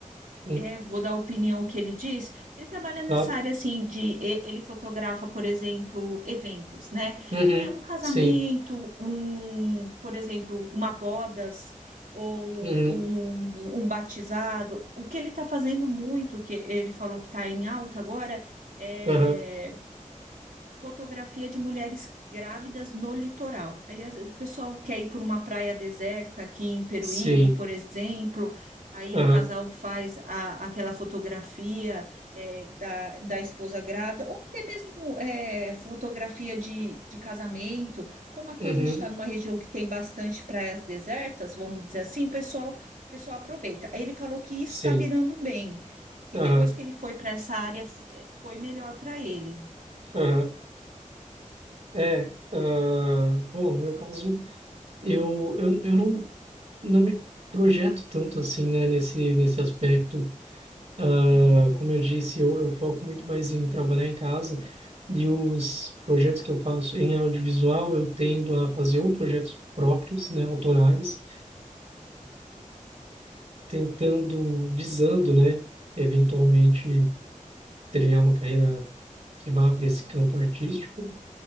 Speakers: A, on the right; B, on the right.
A: Hum,
B: é, vou dar opinião ao que ele diz. Ele trabalha nessa
A: claro.
B: área assim de e- ele fotografa, por exemplo, eventos, né?
A: Uhum.
B: É um casamento,
A: Sim.
B: um, por exemplo, uma bodas ou
A: Uhum.
B: um, um batizado. O que ele está fazendo muito, que ele falou que está em alta agora, é
A: Aham.
B: fotografia de mulheres grávidas no litoral. Aí as- o pessoal quer ir por uma praia deserta aqui em Peruíbe,
A: Sim.
B: por exemplo. Aí
A: Aham.
B: o casal faz a- aquela fotografia é, da, da esposa grávida, ou até mesmo é, fotografia de, de casamento. Como aqui
A: Uhum.
B: a gente está numa região que tem bastante praias desertas, vamos dizer assim, o pessoal, o pessoal aproveita. Aí ele falou que isso
A: Sim.
B: está virando bem, que
A: Aham.
B: depois que ele foi para essa área, é, foi melhor para ele.
A: Aham. É. ah, bom, no meu caso. Eu, eu, eu não, não me projeto tanto assim, né, nesse, nesse aspecto. Ah,
B: Sim.
A: como eu disse, eu, eu foco muito mais em trabalhar em casa e os projetos que eu faço em audiovisual, eu tendo a fazer ou projetos próprios, né, autorais, tentando, visando, né, eventualmente trilhar uma carreira que vá para esse campo artístico